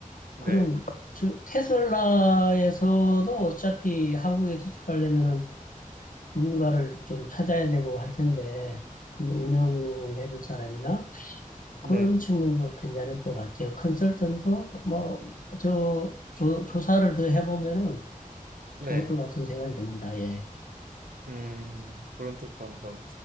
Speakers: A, on the right; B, on the left.
A: 네,
B: 그런 즉 테슬라에서도 어차피 한국에 진출하려면 누군가를 좀 찾아야 되고 할 텐데 운영해줄 사람이나 그런
A: 네,
B: 측면도 괜찮을 것 같아요. 컨설턴트 뭐저 조사를 더 해보면은
A: 네.
B: 좋을 것 같은 생각이 듭니다. 예.
A: 음, 그런 쪽도 한번.